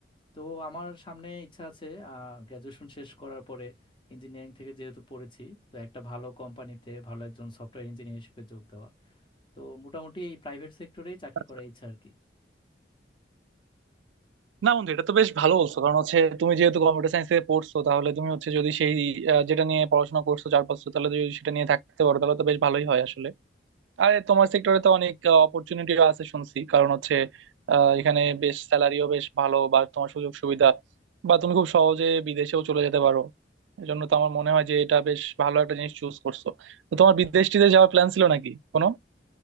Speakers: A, on the left; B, on the right.
A: তো আমার সামনে ইচ্ছা আছে গ্র্যাজুয়েশন শেষ করার পরে ইঞ্জিনিয়ারিং থেকে যেহেতু পড়েছি তো একটা ভালো কোম্পানিতে ভালো একজন সফটওয়্যার ইঞ্জিনিয়ার হিসেবে যোগ দেওয়া তো মোটামুটি এই প্রাইভেট সেক্টরেই চাকরি
B: আচ্ছা।
A: করার ইচ্ছা আর কি
B: না বন্ধু এটা তো বেশ ভালো বলছো কারণ হচ্ছে তুমি যেহেতু কম্পিউটার সায়েন্সে পড়ছো তাহলে তুমি হচ্ছে যদি সেই আহ, যেটা নিয়ে পড়াশোনা করছো চার বছর তাহলে যদি সেটা নিয়ে থাকতে পারো তাহলে তো বেশ ভালোই হয় আসলে আর তোমার সেক্টরে তো অনেক অপরচুনিটি আছে শুনছি কারণ হচ্ছে আহ, এখানে বেশ স্যালারিও বেশ ভালো বা তোমার সুযোগ সুবিধা বা তুমি খুব সহজে বিদেশেও চলে যেতে পারো এজন্য তো আমার মনে হয় যে এটা বেশ ভালো একটা জিনিস চুজ করছো তো তোমার বিদেশ টিদেশ যাওয়ার প্ল্যান ছিল নাকি কোনো